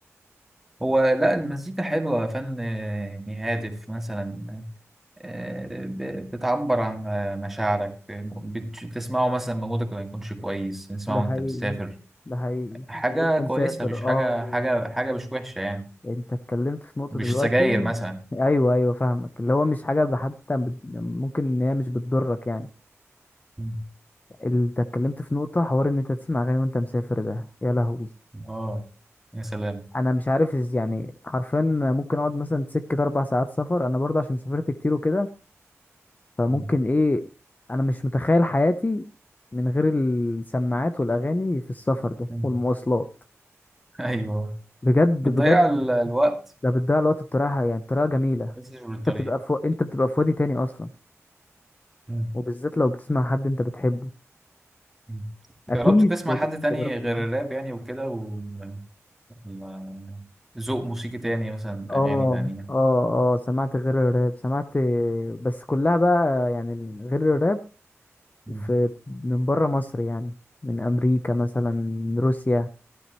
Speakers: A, in the centre; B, on the left (about 35°).
A: هو لا المزيكا حلوة فن آه، هادف مثلا آه، ب- بتعبر عن آه، مشاعرك آه، بتش- بتسمعه مثلا مودك ما يكونش كويس تسمعه
B: ده
A: وانت
B: حقيقي
A: مسافر
B: ده حقيقي
A: حاجة
B: وانت مسافر
A: كويسة مش
B: اه
A: حاجة حاجة حاجة مش وحشة يعني
B: انت اتكلمت في نقطة
A: مش
B: دلوقتي
A: سجاير مثلا
B: ايوه ايوه فاهمك اللي هو مش حاجة حتى بت... ممكن ان هي مش بتضرك يعني
A: مم.
B: انت اتكلمت في نقطة حوار ان انت تسمع اغاني وانت مسافر ده يا لهوي
A: اه يا سلام
B: انا مش عارف از يعني حرفيا ممكن اقعد مثلا سكة اربع ساعات سفر انا برضه عشان سافرت كتير وكده فممكن
A: مم.
B: ايه انا مش متخيل حياتي من غير السماعات والاغاني في السفر ده
A: مم.
B: والمواصلات
A: ايوه
B: بجد
A: بتضيع
B: بجد
A: ال- الوقت
B: ده بتضيع الوقت بطريقة يعني بطريقة جميلة
A: بس مش بالطريقة
B: انت بتبقى في انت بتبقى في وادي تاني اصلا
A: مم.
B: وبالذات لو بتسمع حد انت بتحبه
A: مم.
B: اكيد
A: جربت تسمع
B: اكيد
A: حد تاني
B: تجربة
A: غير الراب يعني وكده و ولا ذوق موسيقي تاني مثلا
B: اه
A: أغاني تانية
B: اه اه سمعت غير الراب سمعت بس كلها بقى يعني غير الراب
A: مم.
B: في من بره مصر يعني من امريكا مثلا من روسيا